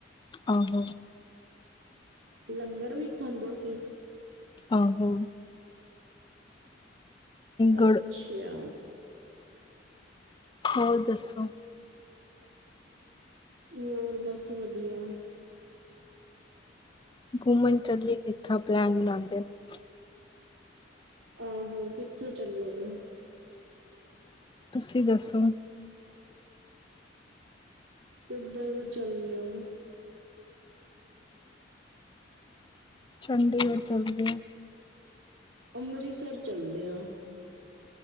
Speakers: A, on the left; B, on the right.
A: ਆਹੋ!
B: ਲੰਗਰ ਵੀ ਖਾਂਦੇ ਸੀ
A: ਆਹੋ
B: ਅੱਛਾ
A: ਗੜ ਹੋਰ ਦੱਸੋ
B: ਹੋਰ ਬਸ ਵਦੀਆ
A: ਘੁੰਮਣ ਚੱਲੀਏ ਇੱਥੇ ਪਲੈਨ ਬਣਾੰਦੇ ਨੇ
B: ਆਹੋ ਕਿਥੇ ਚੱਲੋਗੇ
A: ਤੁਸੀਂ ਦੱਸੋ
B: ਕਿੱਧਰ ਵੀ ਚੱਲ ਲੋ
A: ਚੰਡੀਗੜ੍ਹ ਚੱਲਦੇ ਆ
B: ਅੰਮ੍ਰਿਤਸਰ ਚੱਲਦੇ ਆ